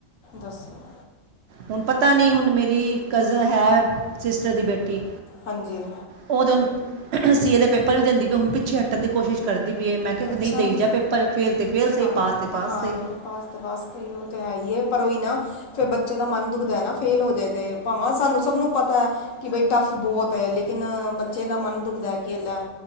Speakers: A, on the left; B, on the right.
A: ਦੱਸਿਆ
B: ਹੁਣ ਪਤਾ ਨਈ ਹੁਣ ਮੇਰੀ ਕਜਨ ਹੈ ਸਿਸਟਰ ਦੀ ਬੇਟੀ
A: ਹਾਂਜੀ
B: ਉਹ ਤੇ ਹੁਣ ਸੀ ਏ ਦੇ ਪੇਪਰ ਵੀ ਦਿੰਦੀ ਪਈ ਹੁਣ ਪਿੱਛੇ ਹਟਣ ਦੀ ਕੋਸ਼ਿਸ਼ ਕਰਦੀ ਪਈਏ ਮੈਂ
A: ਅੱਛਾ
B: ਨਈ ਦਈ ਜਾ ਪੇਪਰ ਫੇਲ ਤੇ ਫੇਲ ਸਹੀ
A: ਹਾਂ
B: ਪਾਸ ਤੇ ਪਾਸ
A: ਹਾਂ
B: ਸਹੀ
A: ਪਾਸ ਤੇ ਪਾਸ, ਤੇ ਉਹ ਤੇ ਹੈ ਹੀ ਹੈ ਪਰ ਉਹੀ ਨਾ ਫੇਰ ਬੱਚੇ ਦਾ ਮਨ ਦੁਖਦਾ ਨਾ ਫੇਲ ਹੋ ਜਾਏ ਤੇ ਭਾਵਾਂ ਸਾਨੂੰ ਸਭ ਨੂੰ ਪਤਾ ਹੈ। ਕਿ ਬਾਈ ਟੱਫ ਬਹੁਤ ਹੈ ਲੇਕਿਨ ਬੱਚੇ ਦਾ ਮਨ ਦੁਖਦਾ ਹੈ ਕਿ ਅਲਾ